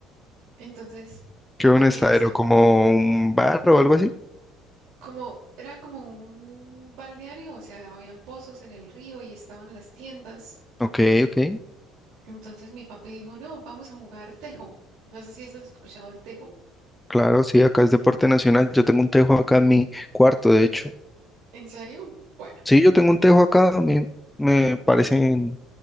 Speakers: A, on the right; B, in the centre.
A: Entonces mi
B: ¿Qué
A: papi
B: un estadero?
A: dice,
B: ¿Como un bar o algo así?
A: como era como un balneario, o sea, habían pozos en el río y estaban las tiendas.
B: Ok, ok.
A: Entonces mi papi dijo, no, vamos a jugar tejo. No sé si has escuchado el tejo.
B: Claro, sí, acá es deporte nacional. Yo tengo un tejo acá en mi cuarto, de hecho.
A: ¿En serio? Bueno,
B: Sí, yo tengo un tejo acá, a mí me parecen